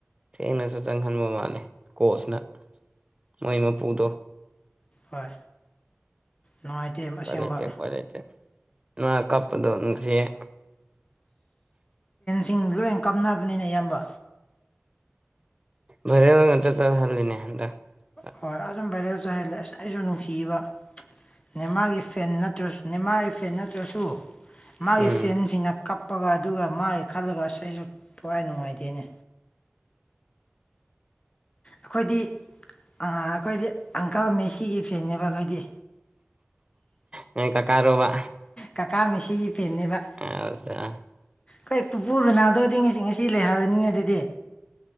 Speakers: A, on the right; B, on the left.
A: ꯊꯦꯡꯅꯁꯨ ꯆꯪꯍꯟꯕ ꯃꯥꯜꯂꯦ ꯀꯣꯆꯅ ꯃꯣꯏ ꯃꯄꯨꯗꯣ
B: ꯍꯣꯏ ꯅꯨꯡꯉꯥꯏꯇꯦ
A: ꯎꯄꯥꯢ
B: ꯑꯁꯦꯡꯕ
A: ꯂꯩꯇꯦ ꯎꯄꯥꯢ ꯂꯩꯇꯦ ꯃꯅꯥ ꯀꯞꯄꯗꯣ ꯅꯨꯡꯁꯤꯍꯦ
B: ꯃꯤ ꯂꯣꯏꯅ ꯀꯥꯞꯅꯕꯅꯤꯅ ꯢꯌꯥꯝꯕ
A: ꯔꯦ ꯆꯠ ꯍꯜꯗꯅꯦ <inaudible>
B: ꯍꯣꯏ ꯑꯗꯨꯝ ꯚꯥꯏꯔꯦꯜ ꯆꯥꯏꯍꯜꯂꯦ ꯑꯁ ꯑꯩꯁꯨ ꯅꯨꯡꯁꯤꯕ ꯅꯧꯃꯥꯔꯒꯤ ꯐꯦꯟ ꯅꯦꯃꯥꯔꯒꯤ ꯐꯦꯟ ꯅꯠꯇ꯭ꯔꯁꯨ ꯃꯥꯒꯤ
A: ꯎꯝ
B: ꯐꯦꯟꯁꯤꯡꯅ ꯀꯞ ꯀꯞꯄꯒ ꯑꯗꯨꯒ ꯃꯥꯒꯤ ꯈꯜꯂꯒ ꯑꯁ ꯑꯩꯁꯨ ꯊꯋꯥꯏ ꯅꯨꯡꯉꯥꯏꯇꯦꯅꯦ ꯑꯩꯈꯣꯏꯗꯤ ꯑꯩꯈꯣꯏꯗꯤ ꯑꯪꯀꯜ ꯃꯦꯁꯤꯒꯤ ꯐꯦꯟꯅꯦꯕ ꯑꯩꯈꯣꯏꯗꯤ
A: ꯅꯣꯢ ꯀꯥ ꯀꯥ ꯔꯣꯕ
B: ꯀꯀꯥ ꯃꯤꯁꯤꯒꯤ ꯐꯦꯟꯅꯦꯕ
A: ꯑꯠꯆꯥ
B: ꯑꯩꯈꯣꯏ ꯄꯨꯄ ꯔꯅꯥꯜꯗꯧꯗꯤ ꯉꯁꯤ ꯉꯁꯤ ꯂꯩꯍꯧꯔ ꯅꯤꯡꯅꯤꯡꯉ ꯑꯗꯨꯗꯤ